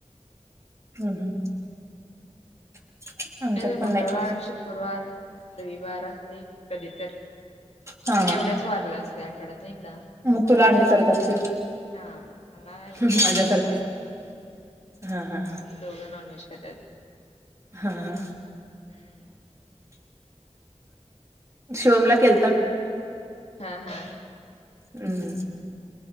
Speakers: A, on the right; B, on the left.
A: हम्, हम्. <unintelligible>
B: हे मंगळवर,
A: नाही
B: शुक्कुरवार. रविवार असतय, कधी तर
A: हा
B: म्हणजे
A: हा
B: एवढ्याच वारला असतय, आठवड्यातन एकदा.
A: मग तुला अंडी करत असशील,
B: हा मला हीना
A: हम्म
B: अंडी
A: माझ्यासारख. हा, हा,
B: ती दोघं नॉनव्हेज खातात
A: हा, हम्म.
B: हम्म.
A: शिवमला केल
B: हा, हा.
A: हम्म,